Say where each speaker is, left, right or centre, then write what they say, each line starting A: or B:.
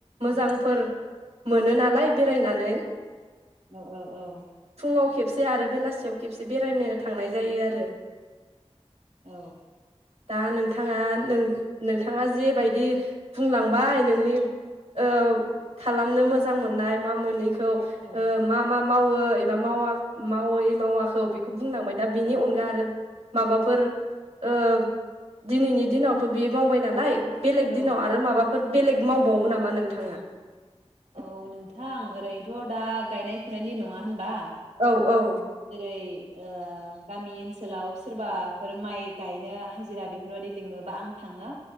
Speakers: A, on the right; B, on the right.
A: मोजांफोर
B: औ
A: मोनो नालाय बेरायनानै
B: औ औ औ
A: फुङाव खेबसे आरो बेलासियाव खेबसे बेरायनो थांनाय जायो आरो
B: औ
A: दा नोंथाङा नों नोंथाङा जेबायदि बुंलांबाय नोंनि ओ खालामनो मोजां मोननाय मा मोनैखो खौ
B: औ
A: ओ मा मा मावो एबा मावा मावै मावाखौै बेखौ बुंनांबाय दा बिनि अनगा आरो माबाफोर ओ दिनैनि दिनावथ बियो मावबाय नालाय बेलेग दिनाव
B: औ
A: आरो माबा फोर बेलेग मावबावो नामा नोंथाङा
B: औ नोंथां ओरैनोथ दा गायनाय फुनायनि नङा होनबा
A: औ औ
B: जेरै ओ गामि ओनसोलाव सोरबाफोर माइ गायनो हाजिरा बेफोरबायदि लिङोबा आं थांङो